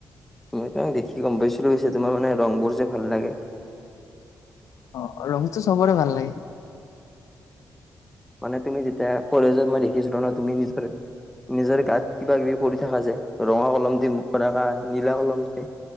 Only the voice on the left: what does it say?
অ', অ' ৰঙটো চবৰে ভাল লাগে।